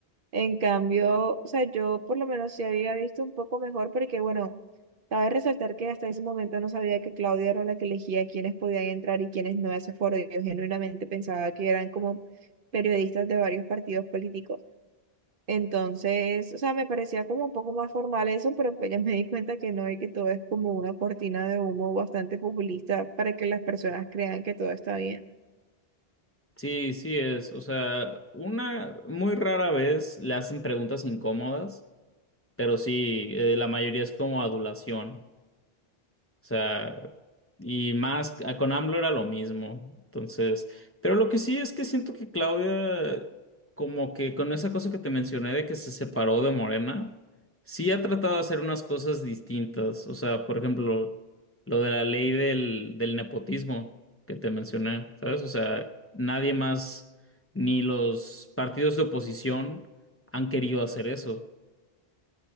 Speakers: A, on the right; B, on the left.
A: En cambio, o sea, yo por lo menos sí había visto un poco mejor porque, bueno, cabe resaltar que hasta ese momento no sabía que Claudia era la que elegía quiénes podían entrar y quiénes no a ese foro. Yo genuinamente pensaba que eran como periodistas de varios partidos políticos. Entonces, o sea, me parecía como un poco más formal eso, pero pues ya me di cuenta que no y que todo es como una cortina de humo bastante populista para que las personas crean que todo está bien.
B: Sí, sí es. O sea, una muy rara vez le hacen preguntas incómodas, pero sí, eh, la mayoría es como adulación. O sea, y más ah, con AMLO era lo mismo. Entonces, pero lo que sí es que siento que Claudia, como que con esa cosa que te mencioné de que se separó de Morena, sí ha tratado de hacer unas cosas distintas. O sea, por ejemplo, lo de la ley del, del nepotismo que te mencioné, ¿sabes? O sea, nadie más, ni los partidos de oposición han querido hacer eso.